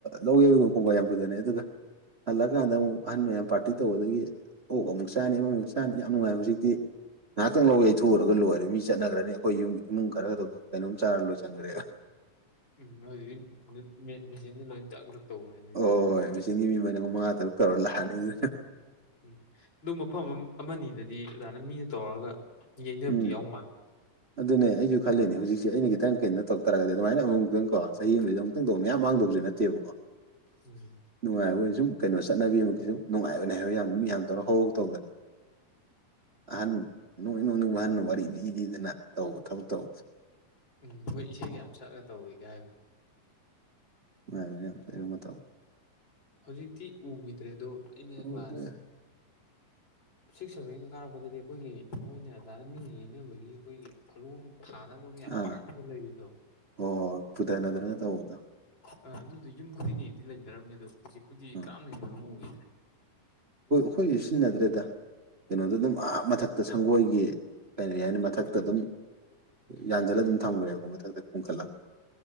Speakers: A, on the right; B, on the left.
A: ꯂꯧ ꯌꯕꯒꯨꯝ ꯀꯣꯡꯒꯥ ꯌꯥꯝ ꯐꯖꯅꯦ ꯑꯗꯨꯒ ꯍꯜꯂꯀꯥꯟꯗ ꯑꯃꯨꯛ ꯑꯍꯟ ꯃꯌꯥꯝ ꯄꯥꯔꯇꯤ ꯇꯧꯕꯗꯒꯤ ꯑꯣꯛ ꯑꯃꯨꯛ ꯆꯥꯅꯤ ꯑꯃꯃꯨꯛ ꯆꯥꯅꯤ ꯌꯥꯝ ꯅꯨꯡꯉꯥꯏ ꯍꯧꯖꯤꯛꯇꯤ ꯉꯥꯏꯍꯥꯛꯇꯪ ꯂꯧꯒꯦ ꯌꯊꯣꯛꯎꯒ ꯂꯣꯏꯔꯦ ꯣꯏ ꯃꯤ ꯆꯠꯅꯈ꯭ꯔꯅꯤ ꯑꯩꯈꯣꯏ ꯌꯨꯝ ꯏꯃꯨꯡ ꯈꯔꯒ ꯀꯩꯅꯣꯝ ꯆꯥꯔ ꯂꯣꯏꯁꯤꯟꯈ꯭ꯔꯦ
B: ꯎꯝ ꯑꯗꯨꯗꯤ ꯃꯦꯆꯤꯟꯗꯨ ꯂꯣꯏ ꯇꯛꯛ ꯇꯧ꯭ꯔꯦꯅꯤꯅꯦ
A: ꯍꯣꯏ ꯃꯦꯆꯤꯟꯒꯤ ꯃꯤ ꯃꯔꯤ ꯃꯉꯥ ꯇꯔꯨꯛ ꯇꯧꯔ ꯂꯥꯛꯑꯅꯤ ꯑꯗꯨꯅ
B: ꯎꯝ ꯑꯗꯨ ꯃꯐꯝ ꯑꯃꯅꯤꯗꯗꯤ ꯑꯗꯨꯃꯥꯏꯅ ꯃꯤꯅ ꯇꯧꯔꯒ ꯌꯩꯅꯕꯗꯤ
A: ꯎꯝ
B: ꯌꯥꯎ ꯃꯥꯜꯂꯦ
A: ꯑꯗꯨꯅꯦ ꯑꯩꯁꯨ ꯈꯜꯂꯤꯅꯦ ꯍꯧꯖꯤꯛꯁꯦ ꯑꯩꯅꯒꯤ ꯈꯤꯇꯪ ꯀꯩꯅꯣ ꯇꯧꯛ ꯇꯔꯒ ꯑꯗꯨꯥꯏ ꯑꯃꯨꯛꯇꯪꯣ ꯆꯍꯤ ꯑꯃꯗ ꯑꯃꯨꯛꯇꯪ ꯇꯧ ꯃꯌꯥꯝ ꯃꯥꯡꯗꯧꯁꯨ ꯅꯠꯇꯦꯕꯀꯣ
B: ꯎꯝ
A: ꯅꯨꯡꯉꯥꯏ ꯁꯨꯝ ꯀꯩꯅꯣ ꯆꯠꯅꯕꯤ ꯑꯃ ꯁꯨꯝ ꯅꯨꯡꯉꯥꯏꯏꯅꯦ ꯍꯥꯏꯕ ꯌꯥꯝ ꯃꯤ ꯌꯥꯝ ꯇꯧꯔ ꯍꯧꯍꯧ ꯇꯧꯗꯅ ꯑꯍꯟ ꯅꯣꯏ ꯅꯣꯡꯅꯤꯡꯕꯨ ꯑꯍꯟꯅ ꯋꯥꯔꯤ ꯂꯤ ꯂꯤꯗꯅ ꯇꯧꯕ ꯊꯕꯛ ꯇꯧꯕ
B: ꯎꯝ ꯃꯣꯏ ꯏꯁꯩꯒ ꯌꯥꯝ ꯁꯛꯂ ꯇꯧꯋꯤꯒ ꯍꯥꯏꯕꯅꯤ
A: ꯃ ꯑꯗꯨꯅ ꯌꯥꯝꯖꯔꯨꯕ ꯇꯧ
B: ꯍꯧꯖꯤꯛꯇꯤ ꯎꯈꯤꯗ꯭ꯔꯦꯗꯣ ꯑꯩꯅ
A: ꯇꯧꯗ꯭ꯔꯦ
B: ꯀ꯭ꯂꯥꯁ ꯁꯤꯛꯁ ꯁꯚꯦꯟꯒ ꯀꯥꯔꯛꯄꯗꯗꯤ ꯑꯩꯈꯣꯏꯒꯤ ꯃꯣꯏꯅ ꯑꯗꯥꯗ ꯃꯤꯅ ꯌꯩꯅꯅꯕꯒꯤ ꯑꯩꯈꯣꯏꯒꯤ ꯐꯂꯣꯡ ꯊꯥꯅꯕꯒ ꯌꯥꯝ
A: ꯑꯥ
B: ꯄꯥꯛꯒ ꯂꯩꯕꯗꯣ
A: ꯍꯣꯏ ꯍꯣꯏ ꯄꯨꯊꯅꯗꯅ ꯇꯧꯕꯗꯣ ꯑꯥ
B: ꯑꯥ ꯑꯗꯨꯗꯤ ꯌꯨꯝ ꯈꯨꯗꯤꯡꯒꯤꯗꯤ ꯂꯩꯅꯔꯝꯃꯦ ꯑꯣ ꯍꯧꯖꯤꯛꯄꯨꯗꯤ
A: ꯎꯝ
B: ꯀꯔꯝꯅ ꯍꯦꯟꯅ ꯎꯈꯤ
A: ꯑꯩꯈꯣꯏꯁꯨ ꯁꯤꯖꯤꯟꯅꯗ꯭ꯔꯦꯗ ꯀꯩꯅꯣꯗ ꯑꯗꯨꯝ ꯑꯥꯞ ꯃꯊꯛꯇ ꯁꯪꯒꯣꯏꯒꯤ ꯀꯩꯅ ꯍꯥꯏꯅ ꯃꯊꯛꯇ ꯑꯗꯨꯝ ꯌꯥꯟꯁꯤꯜꯂ ꯑꯗꯨꯝ ꯊꯝꯈ꯭ꯔꯦꯕꯀꯣ ꯃꯊꯛꯇ ꯄꯨꯈꯠꯂꯒ